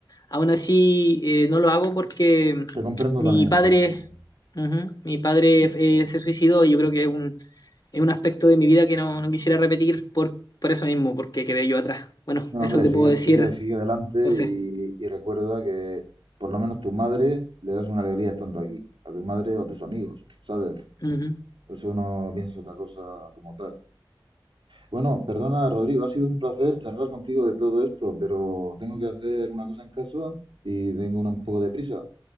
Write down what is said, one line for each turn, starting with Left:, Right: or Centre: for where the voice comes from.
Left: aún así eh, no lo hago porque
Right: Te comprendo
Left: mi
Right: también,
Left: padre,
Right: te comprendo.
Left: ujú, mi padre eh, se suicidó y yo creo que es un es un aspecto de mi vida que no, no quisiera repetir por, por eso mismo, porque quedé yo atrás. Bueno,
Right: No,
Left: eso
Right: hombre,
Left: te
Right: sigue,
Left: puedo decir,
Right: sigue, sigue adelante
Left: José.
Right: y, y recuerda que por lo menos tu madre le das una alegría estando aquí, a tu madre o a tus amigos, ¿sabes?
Left: Ujú.
Right: Por eso no pienses otra cosa como tal. Bueno, perdona, Rodrigo, ha sido un placer charlar contigo de todo esto, pero tengo que hacer una cosa en casa y tengo un poco de prisa.